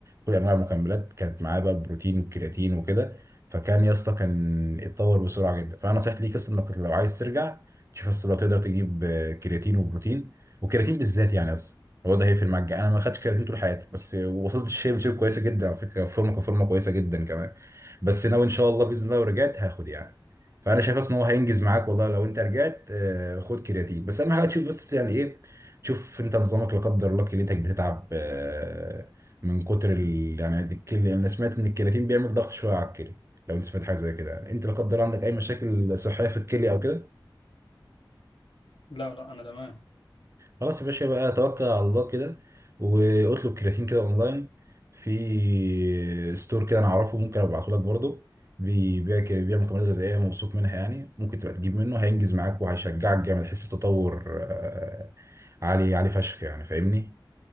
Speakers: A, on the right; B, on the left.
A: كل انواع المكملات كانت معاه بقى البروتين والكرياتين وكده فكان يا اسطى كان اتطور بسرعه جدا فانا نصيحتي ليك اصلا انك لو عايز ترجع تشوف اصلا لو تقدر تجيب آه، كرياتين وبروتين والكرياتين بالذات يعني هو ده هيقفل معاك انا ما خدتش كرياتين طول حياتي بس وصلت الشيب شيب كويسه جدا على فكره فورمه كفورمه كويسه جدا كمان بس ناوي ان شاء الله باذن الله لو رجعت هاخد يعني فانا شايف اصلا ان هو هينجز معاك والله لو انت رجعت آه، خد كرياتين بس اهم حاجه تشوف بس يعني ايه تشوف انت نظامك لا قدر الله كليتك بتتعب آه، من كتر ال... يعني الكلي... انا سمعت ان الكرياتين بيعمل ضغط شويه على الكلي لو انت سمعت حاجه زي كده يعني انت لا قدر الله عندك اي مشاكل صحيه في الكلي او كده
B: لا لا أنا تمام
A: خلاص يا باشا بقى توكل على الله كده واطلب كرياتين كده اونلاين في ستور كده انا اعرفه ممكن ابعته لك برضه بيبيع كده بيبيع مكملات غذائيه موثوق منها يعني ممكن تبقى تجيب منه هينجز معاك وهيشجعك جامد تحس بتطور آه، عالي عالي فشخ يعني فاهمني